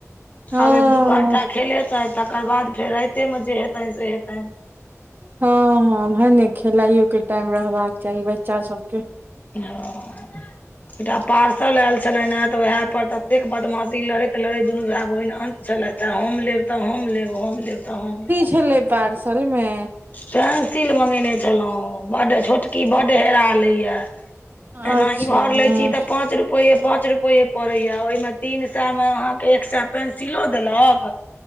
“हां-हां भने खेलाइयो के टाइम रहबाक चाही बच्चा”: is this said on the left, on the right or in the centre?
Right